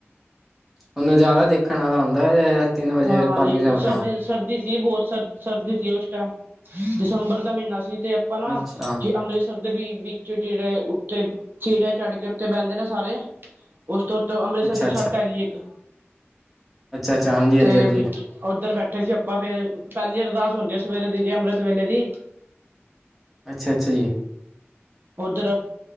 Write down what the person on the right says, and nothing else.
ਹਾਂਜੀ
ਸਰਦੀ
ਸਰਦੀ ਸੀ ਬਹੁਤ ਸਰ ਸਰਦੀ ਸੀ ਉਸ ਟਾਈਮ ਦਸੰਬਰ ਦਾ ਮਹੀਨਾ ਸੀ ਤੇ ਆਪਾਂ ਨਾ
ਜੇ ਅੰਮ੍ਰਿਤਸਰ ਦੇ ਵਿੱਚ ਜਿਹੜੇ ਉੱਥੇ ਸੀੜਿਆ ਚੜ੍ਹ ਕੇ ਤੇ ਬਹਿੰਦੇ ਨੇ ਸਾਰੇ ਉਸ ਤੋਂ ਉਤੋਂ ਅੰਮ੍ਰਿਤਸਰ
ਦੀ ਛੱਤ ਹੈਗੀ ਇੱਕ
ਤੇ
ਉੱਧਰ ਬੈਠੇ ਸੀ ਆਪਾਂ ਫੇਰ ਪਹਿਲੀ ਅਰਦਾਸ ਹੁੰਦੀ ਆ ਸਵੇਰੇ ਦੀ ਜੇ ਅੰਮ੍ਰਿਤ ਵੇਲੇ ਦੀ
ਉਧਰ